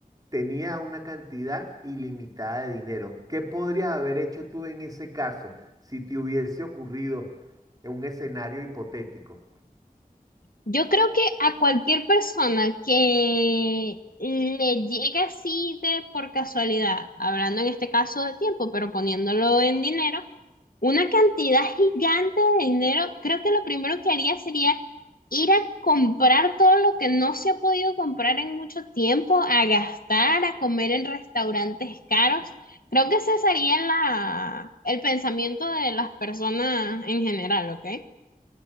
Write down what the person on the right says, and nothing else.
tenía una cantidad ilimitada de dinero. ¿Qué podrías haber hecho tú en ese caso si te hubiese ocurrido en un escenario hipotético?